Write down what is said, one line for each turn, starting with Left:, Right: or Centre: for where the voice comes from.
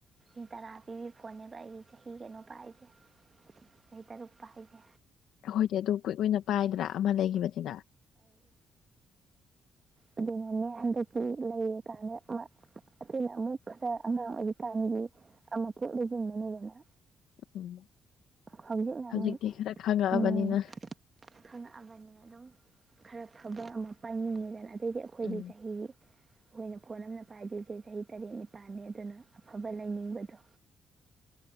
Right: ꯂꯤꯁꯤꯡ ꯇꯔꯥ ꯄꯤꯕ ꯐꯣꯟꯅꯦꯕ ꯑꯩꯒꯤ ꯆꯍꯤ ꯀꯅꯣ ꯄꯥꯏꯁꯦ ꯑꯩꯁꯦ ꯆꯍꯤ ꯇꯔꯨꯛ ꯄꯥꯏꯁꯦ
Left: ꯑꯩꯈꯣꯏꯗꯤ ꯑꯗꯨꯝ ꯀꯨꯏ ꯀꯨꯏꯅ ꯄꯥꯏꯗ꯭ꯔ ꯑꯃ ꯂꯩꯒꯤꯕꯖꯤꯅ
Right: ꯑꯗꯨꯅꯅꯦ ꯍꯟꯗꯛꯀꯤ ꯂꯩꯔꯀꯥꯟꯗ ꯑꯃ ꯑꯩꯈꯣꯏꯅ ꯑꯃꯨꯛ ꯈꯔ ꯑꯉꯥꯡ ꯑꯣꯏꯔꯤꯀꯥꯟꯒꯤ ꯑꯃꯐꯨꯛ ꯂꯩꯁꯤꯟꯕꯅꯤꯗꯅ
Left: ꯎꯝ
Right: ꯍꯧꯖꯤꯛꯅ
Left: ꯍꯧꯖꯤꯛꯇꯤ
Right: ꯑꯃꯨꯛ
Left: ꯈꯔ ꯈꯪꯉꯛꯑꯕꯅꯤꯅ
Right: ꯎꯝ ꯈꯪꯉꯛꯑꯕꯅꯤꯅ ꯑꯗꯨꯝ ꯈꯔ ꯐꯕ ꯑꯃ ꯄꯥꯏꯅꯤꯡꯉꯤꯗꯅ ꯑꯗꯩꯗꯤ ꯑꯩꯈꯣꯏꯗꯤ
Left: ꯎꯝ
Right: ꯆꯍꯤ ꯑꯩꯈꯣꯏꯅ ꯐꯣꯟ ꯑꯃꯅ ꯄꯥꯏꯗ꯭ꯣꯏꯁꯦ ꯆꯍꯤ ꯇꯔꯦꯠ ꯅꯤꯄꯥꯟꯅꯦ ꯑꯗꯨꯅ ꯑꯐꯕ ꯂꯩꯅꯤꯡꯕꯗꯣ